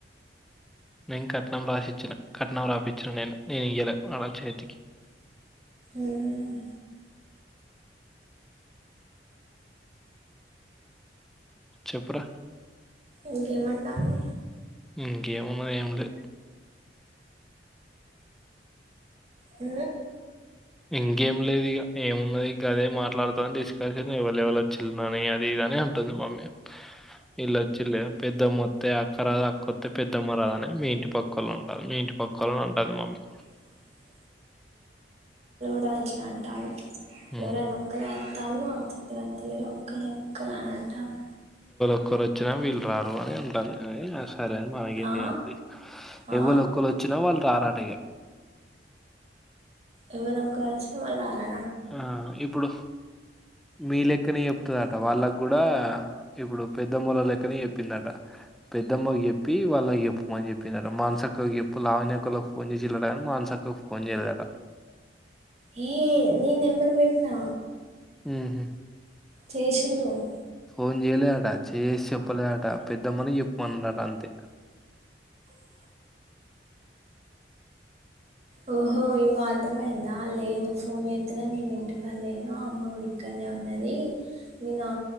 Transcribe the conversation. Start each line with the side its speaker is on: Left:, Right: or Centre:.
Centre: నేను కట్నం రాసిచ్చిన కట్నం రాపించిన నేను నేను ఇయ్యలే వాళ్ళ చేతికి
Right: ఉమ్
Centre: చెప్పరా
Right: ఇంకేమంటాంది
Centre: ఇంకేమున్నది ఏమ్ లే
Right: అ
Centre: ఇంకేం లేదు ఇక ఏమున్నది ఇక అదే మాట్లాడుతా అని తీసుకొచ్చింది ఎవలు ఎవలు వచ్చిలు అది ఇది అ నే అంటుంది మమ్మీ వీళ్ళువచ్చిలే పెద్దమ్మొత్త అక్కరా అకొత్తే పెద్దమ్మరాదు అనే మీ ఇంటి పక్క వాళ్ళ ఉంటారు మీ ఇంటి ఒక్కలని ఉంటుది మమ్మీ
Right: అ చల్చిన అంట
Centre: ఉమ్.
Right: ఎవరైనా ఒక్కలే అత్తాలో అత్తలేరు ఒక్కలే ఒక్కలే అని అంటారు
Centre: ఒకరు వచ్చినా వీళ్ళు రారు అనే ఉంటాది అ సరే అ మనకేంది
Right: ఆ
Centre: అనిపిస్తుంది
Right: ఆ
Centre: ఎవలు ఒక్కలు వచ్చినా వాళ్ళు రారట్ అేహ
Right: ఎవరో ఒకచ్చిన వాళ్ళు రారా
Centre: ఆ ఇప్పుడు మీ లెక్కనే చెప్తుందట వాళ్ళకి కూడా ఇప్పుడు పెద్దమాల లెక్కనే చెప్పిందట పెద్దమ్మకి జెప్పి వాళ్ళకు చెప్పుమని చెప్పిందట మానసక్కకు జెప్పు లావణ్యక్కొళ్లకు ఫోన్ జేషిల్లట గన్ మాక్ అక్కకు ఫోన్ చేయలేదట
Right: హే నీ నెంబర్ భేట్నా
Centre: ఉహు
Right: చేసింది కదా
Centre: ఫోన్ చేయలే అట చేసి చెప్పలే అట పెద్దమ్మని చెప్పమన్నట అంతే
Right: ? ఓహో ఇగో అర్థమైందా లేదు ఫోన్ జేత్తదన్ నేనింటికాడ్ లేను ఆ అమ్మ గుడిక్కడన్నే ఉన్నది నిన్న